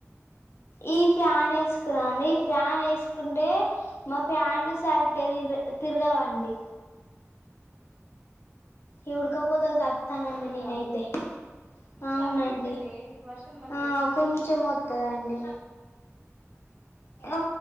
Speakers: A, on the left; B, on the right.
A: ఈ ఫ్యాన్ వేసుకున్నాండి. ఈ ఫ్యాన్ వేసుకుంటే, మా ఫ్యాన్లు సరిగ్గ ది తిరగవండి. ఈ ఉడ్కపోత కి సత్తానండి
B: కొంచెమే
A: నేనయితే.
B: గాలి
A: అవునండి.
B: చలి పెడుతుంది వర్షం పల్లె
A: ఆ కొంచెం వత్తదండి. య